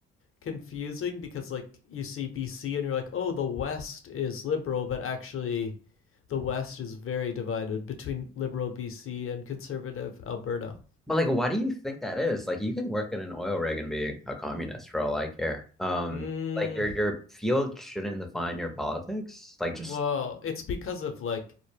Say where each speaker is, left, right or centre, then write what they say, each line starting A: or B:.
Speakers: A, on the left; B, in the centre.
A: confusing because like you see BC and you're like, oh, the West is liberal, but actually. The West is very divided between liberal BC and conservative Alberta.
B: But like, why do you think that is? Like, you can work in an oil rig and be a communist for all I care. Um,
A: Mm,
B: like your your field shouldn't define your politics. Like, just
A: well, it's because of like